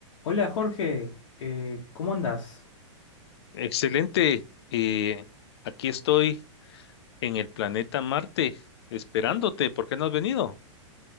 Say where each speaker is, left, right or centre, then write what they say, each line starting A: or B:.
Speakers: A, on the left (about 75°); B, on the left (about 55°).
A: Hola Jorge, eh, ¿cómo andás?
B: Excelente. eh, aquí estoy en el planeta Marte esperándote. ¿Por qué no has venido?